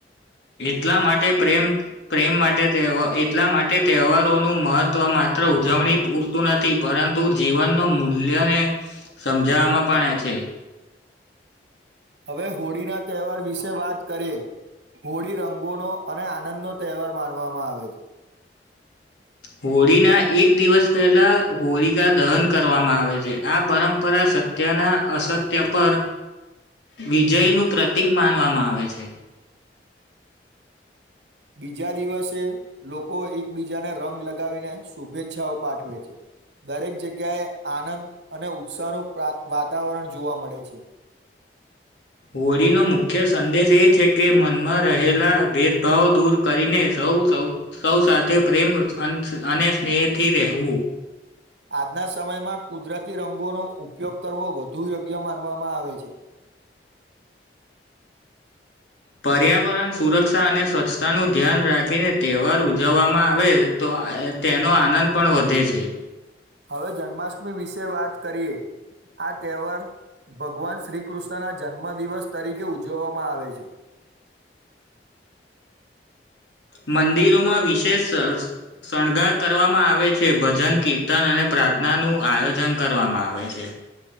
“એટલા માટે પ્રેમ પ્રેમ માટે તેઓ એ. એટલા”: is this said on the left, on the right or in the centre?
Left